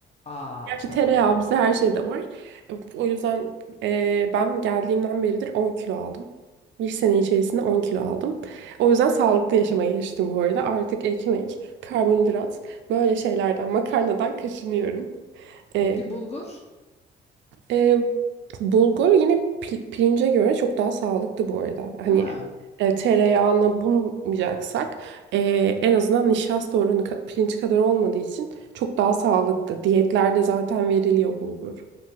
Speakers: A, on the left; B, on the right.
A: Aa
B: Gerçi
A: tabii.
B: tereyağı bize her şeyde var. O yüzden e, ben geldiğimden beridir 10 kilo aldım. Bir sene içerisinde 10 kilo aldım. O yüzden sağlıklı yaşama geçtim bu arada. Artık ekmek, karbonhidrat böyle şeylerden, makarnadan kaçınıyorum. Ee,
A: Peki bulgur,
B: Ee, bulgur yine pil- pirince göre çok daha sağlıklı bu arada. Hani
A: değil mi?
B: e, tereyağına bulmayacaksak e, en azından nişasta oranı ka- pirinç kadar olmadığı için çok daha sağlıklı. Diyetlerde zaten veriliyor bulgur.